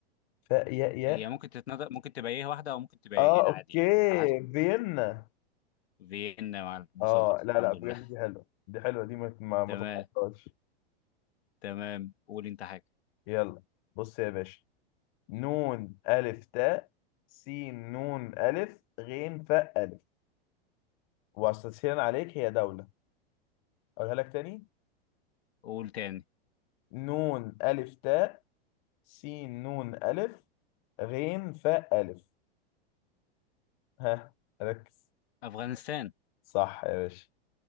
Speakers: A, on the left; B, on the left.
A: فاء ياء ياء
B: هي ممكن تتنطق ممكن تبقى ايه واحدة او ممكن تبقى
A: آه
B: ايه
A: أوكي
B: عادي يعني على حسب
A: فيينا
B: فيينا يا معلم وصلت
A: آه لا
B: الحمد
A: لا بجد
B: لله
A: دي حلوة دي حلوة دي ما ما ما
B: تمام
A: تتحطهاش
B: تمام قول انت حاجة
A: يلا بص يا باشا نون ألف تاء سين نون ألف غين فاء ألف وتسهيلا عليك هي دولة أقولها لك تاني
B: قول تاني
A: نون ألف تاء سين نون ألف غين فاء ألف ها ركز
B: أفغانستان
A: صح يا باشا